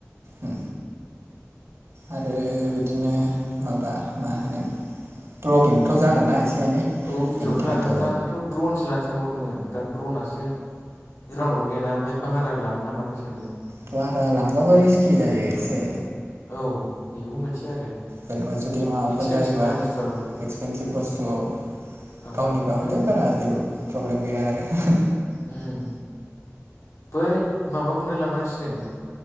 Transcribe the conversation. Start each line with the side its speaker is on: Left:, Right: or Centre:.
Right: ह आरो बिदिनो माबा मा होनो भ्लगिंथ' जागोनना एसे एनै
Left: औ भिडिअ'सो
Right: बेनि थाखायथ'
Left: लानांगोनना आंथ' ड्रनसो लानो सानबावदोंमोन दा द्रनासो रावनावबो गैयाना ओमफ्राय भारा लानो ना मानो सानदों
Right: भारा लांबाबो रिस्कि जायो एसे
Left: औ बेबो मोनसे आरो
Right: जेनेबा जुदि माबाफोर
Left: एक्सपेनसिभ
Right: जायोबा
Left: ना बुस्थुआबो
Right: एक्सपेनसिभ बुस्थुआव
Left: औ
Right: गावनिबा हले बारा जेबो प्रब्लेम गैया आरो
Left: उम हैद माबाखौनो लानांसिगोन